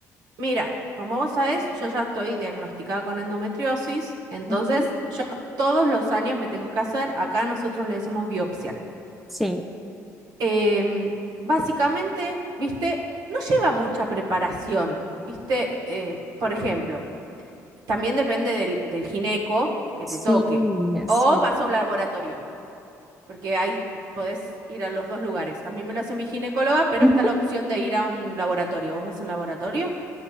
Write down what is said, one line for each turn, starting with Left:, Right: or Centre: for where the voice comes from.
Right: mira, como vos sabés, yo ya estoy diagnosticada con endometriosis, entonces
Centre: Ujú.
Right: yo todos los años me tengo que hacer, acá nosotros le decimos biopsia.
Centre: Sí,
Right: Em, básicamente, viste, no lleva mucha preparación, viste, Eh, por ejemplo. También depende del, del gineco que
Centre: sí,
Right: te toque. O
Centre: sí.
Right: vas a un laboratorio, porque ahí podés ir a los dos lugares. A mí me lo hace mi ginecóloga, pero
Centre: <laughs>
Right: está la opción de ir a un laboratorio. ¿Vos vas a un laboratorio?